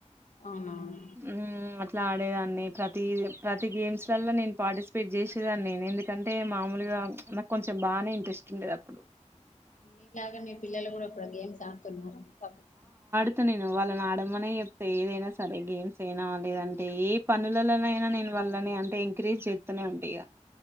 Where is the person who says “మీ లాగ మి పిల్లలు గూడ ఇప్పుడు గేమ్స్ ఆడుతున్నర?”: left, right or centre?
Left